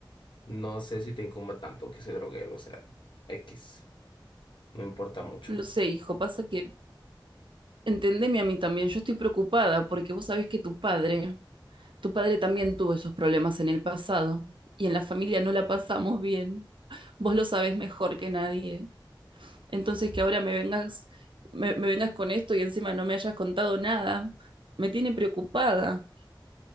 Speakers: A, on the left; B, on the right.
A: no sé si te incumba tanto que se drogue él, o sea, X, no importa mucho.
B: Lo sé, hijo, pasa que Entendeme a mí también, yo estoy preocupada porque vos sabés que tu padre, tu padre también tuvo esos problemas en el pasado y en la familia no la pasamos bien. Vos lo sabés mejor que nadie. Entonces que ahora me vengas, me, me vengas con esto y encima no me hayas contado nada, me tiene preocupada.